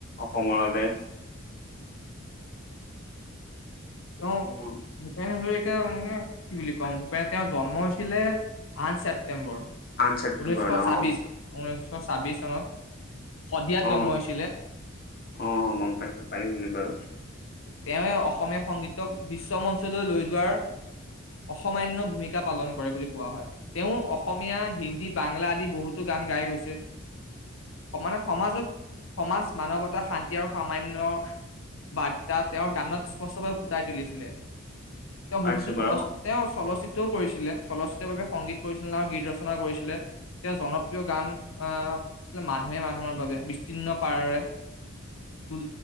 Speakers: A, on the left (about 45°); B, on the left (about 75°).
A: অসমৰ বাবে
B: তেওঁ
A: উম,
B: দোকান হ মানে কি বুলি কওঁ তেওঁৰ জন্ম হৈছিলে আন ছেপটেম্বৰ
A: আঠ ছেপ্টেম্বৰত
B: ঊনৈছশ
A: অ',
B: ছাব্বিশ ঊনৈছশ ছাব্বিশ চনত শদিয়াত
A: অ',
B: জন্ম হৈছিলে
A: অ গম পাইছো পাইছিলি বাৰু
B: তেওঁ অসমীয়া সংগীতক বিশ্ব মঞ্চলৈ লৈ যোৱাৰ অসমান্য় ভূমিকা পালন কৰে বুলি কোৱা হয় তেওঁ অসমীয়া হিন্দী বাংলা আদি বহুতো গান গাই গৈছে সম মানে সমাজত সমাজ মানৱতা শান্তি আৰু সামান্য বাদ তেওঁৰ গানত স্পষ্টভাৱে ফুটাই তুলিছিলে তেওঁ
A: পাইছোঁ
B: বহুতো চলচ
A: বাৰু।
B: তেওঁ চলচিত্ৰও কৰিছিলে চলচিত্ৰৰ বাবে সংগীত পৰিছিলে আৰু গীত ৰচনা কৰিছিলে তেওঁ জনপ্ৰিয় গান আহ আচ মানুহে মানুহৰ বাবে বিস্তীৰ্ণ পাৰৰে দ